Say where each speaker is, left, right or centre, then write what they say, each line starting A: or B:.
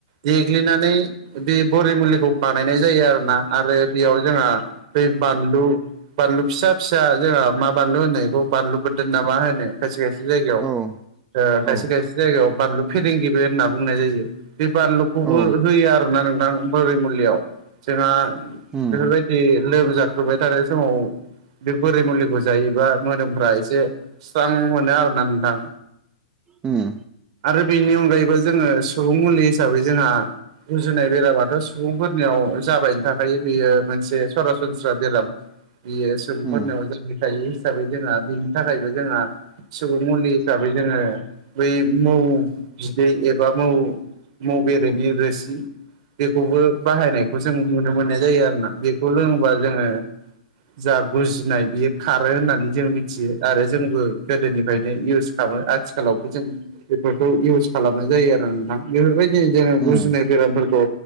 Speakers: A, on the right; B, on the right.
A: देग्लिनानै बे बरि मुलिखौ बानायनाय जायो आरोना आरो बेयाव जोंहा बेै बानलु बानलु फिसा फिसा जोंहा मा बानलु होनो बेखौ बानलु बोदोन नामा होनो खायसे खायसे जायगायाव
B: औ
A: ओ खायसे
B: औ
A: खायसे जायगायाव बानलु फेरेंगिरिबो होनना बुंनाय जायो। बे बानलुखौबो
B: औ
A: होयो आरोना नोंथां बोरै मुलियाव जोंहा
B: उम
A: बेफोरबायदि लोमजाख्रुबाय थानाय समाव बे बोरै मुलिखौ जायोबा मोदोमफ एसे स्रां मोनो आरोना नोंथां।
B: उम।
A: आरो बेनि अनगायैबो जोंङो सुबुं मुलि हिसाबै जोंहा गुजुनाय बेरामाथ' सुबुंफोरनियाव जाबायनो थाखायो बेयो मोनसे सरासनस्रा बेराम। बियो सुबुंफोरनियाव
B: उम
A: जाबायखायो हिसाबै जोंहा बिनि थाखायबो जोंहा सुबुं मुलि हिसाबै जोंङो बै मोव बिदै एबा मोव बेरेनि रोसि बेखौबो बाहायनायखौ जों नुनो मोननाय जायो आरोना बेखौ लोंङोबा जोंङो जा गुजुनाय बियो खारो होननानै जों मिथियो आरो जोंबो गोदोनिफ्रायनो इउस खामो आथिखालाव जों बेफोरखौ इउस खालामनाय जायो आरो नोंथां बेफोरबायदि जोंङो
B: उम
A: गुजुनाय बेरामफोरखौ